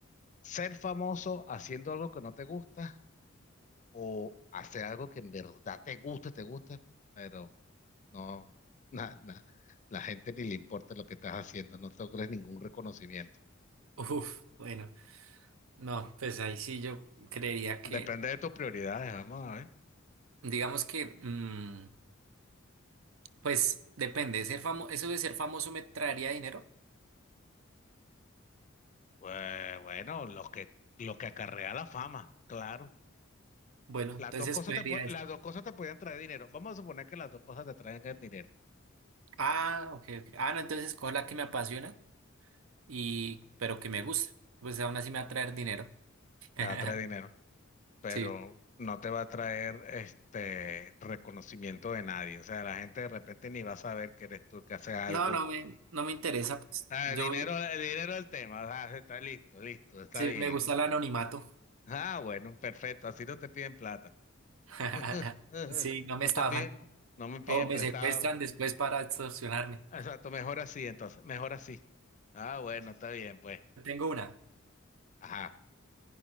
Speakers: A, on the left; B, on the right.
A: ¿Ser famoso haciendo algo que no te gusta? o hacer algo que en verdad te guste, te guste, pero no, <laughs> na- na- la gente ni le importa lo que estás haciendo, no te logres ningún reconocimiento.
B: Uf, bueno, no, pues ahí sí yo creería que,
A: Depende de tus prioridades, vamos a ver.
B: digamos que. mm, Pues depende, ser famoso, eso de ser famoso me traería dinero.
A: Pues bueno, lo que, lo que acarrea la fama, claro.
B: Bueno,
A: Las
B: entonces
A: dos cosas
B: escogería
A: te pue- las
B: esa.
A: dos cosas te pueden traer dinero. Vamos a suponer que las dos cosas te traen el dinero.
B: Ah, ok, ok. Ah, no, entonces escojo la que me apasiona y pero que me gusta. Pues aún así me va a traer dinero. <laughs>
A: Te va a traer dinero, pero
B: Sí.
A: no te va a traer este reconocimiento de nadie. O sea, la gente de repente ni va a saber que eres tú el que hace algo
B: No, no me, no me interesa. Pues.
A: Ah,
B: Yo
A: el dinero, el dinero del tema. Ah, está listo, listo, está
B: sí
A: bien.
B: me gusta el anonimato.
A: Ah, bueno, perfecto. Así no te piden plata.
B: <laughs>
A: <laughs>
B: Sí, no me
A: No
B: estafan.
A: te piden, no me piden
B: O me
A: prestado.
B: secuestran después para extorsionarme.
A: Exacto, mejor así entonces, mejor así. Ah, bueno, está bien, pues.
B: Tengo una.
A: Ajá.